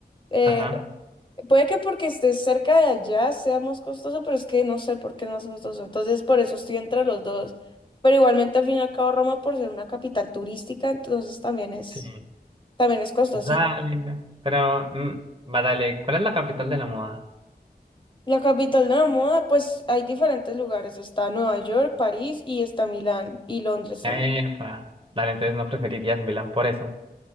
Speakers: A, on the left; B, on the right.
A: eh,
B: ajá,
A: Puede que porque esté cerca de allá sea más costoso, pero es que no sé por qué es más costoso. Entonces, por eso estoy entre los dos. Pero igualmente, al fin y al cabo, Roma, por ser una capital turística, entonces también es,
B: sí,
A: también es costoso.
B: Dale,
A: Y
B: pero, mm, va, dale, ¿cuál es la capital de la moda?
A: la capital de la moda, pues hay diferentes lugares. Está Nueva York, París y está Milán y Londres también.
B: Epa, dale, entonces no preferirías Milán por eso.